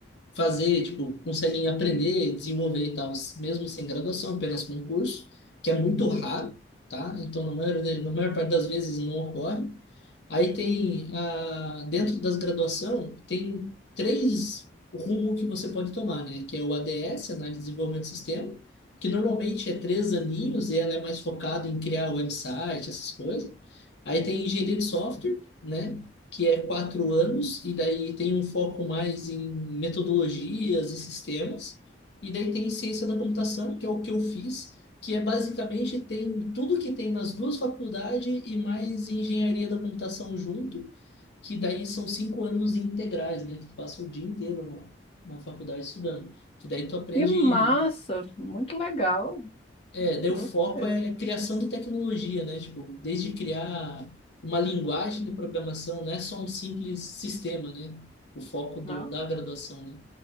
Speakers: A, on the left; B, on the left.
A: fazer, tipo, conseguem aprender, desenvolver e tal, mesmo sem graduação, apenas com curso, que é muito raro, tá? Então, na maior, na maior parte das vezes não ocorre. Aí tem, ah, dentro das graduação, tem três rumos que você pode tomar, né? Que é o ADS, Análise de Desenvolvimento de Sistema, que normalmente é três aninhos e ela é mais focada em criar website, essas coisas. Aí tem Engenharia de Software, né? Que é quatro anos e daí tem um foco mais em metodologias e sistemas. E daí tem Ciência da Computação, que é o que eu fiz que é basicamente tem tudo que tem nas duas faculdades e mais engenharia da computação junto, que daí são cinco anos integrais, né? Que tu passa o dia inteiro na, na faculdade estudando. Que daí tu aprende.
B: Que massa! Muito legal.
A: É, daí
B: Gostei.
A: o foco é criação de tecnologia, né? Tipo, desde criar uma linguagem de programação, não é só um simples sistema, né? O foco do,
B: Não?
A: da graduação, né?